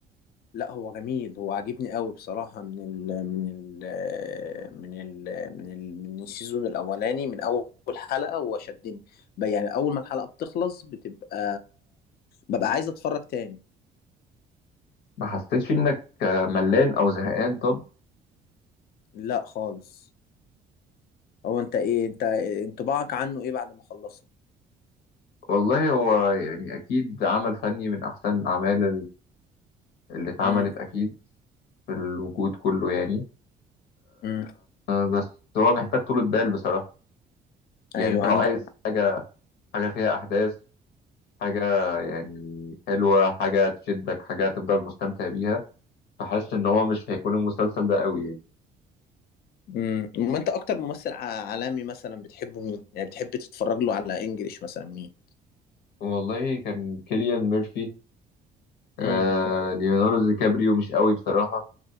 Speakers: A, on the left; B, on the left.
A: لا هو جميل هو عاجبني قوي بصراحة من ال من ال من ال من ال من السيزون الأولاني من أول حلقة هو شدني ب- يعني أول ما الحلقة بتخلص بتبقى ببقى عايز أتفرج تاني
B: ما حسيتش إنك آه، ملان أو زهقان طب؟
A: لا خالص هو أنت إيه أنت انطباعك عنه إيه بعد ما خلصنا
B: والله هو يعني أكيد عمل فني من أحسن الأعمال اللي اتعملت
A: امم
B: أكيد في الوجود كله يعني
A: امم
B: آه، بس هو محتاج طولة بال بصراحة يعني
A: أيوه
B: أنت لو
A: عندك
B: عايز حاجة حاجة فيها أحداث حاجة يعني حلوة حاجة تشدك حاجة تفضل مستمتع بيها فحاسس إن هو مش هيكون المسلسل ده قوي يعني
A: امم ما أنت أكتر ممثل ع- عالمي مثلا بتحبه مين يعني بتحب تتفرج له على إنجليش مثلا مين
B: والله كان كيليان ميرفي آه
A: امم
B: ليوناردو دي كابريو مش قوي بصراحة